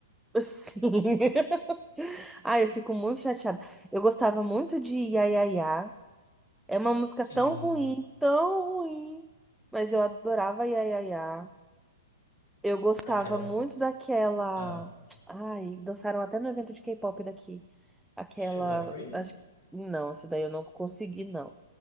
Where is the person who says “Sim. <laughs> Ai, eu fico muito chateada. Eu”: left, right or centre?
Centre